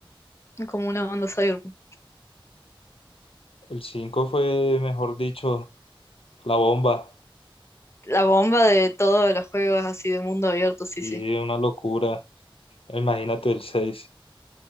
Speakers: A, on the left; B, on the left.
A: como una banda cyberpunk.
B: El 5 fue, mejor dicho, la bomba.
A: La bomba de todos los juegos así de mundo abierto, sí,
B: Y
A: sí.
B: una locura. Imagínate el seis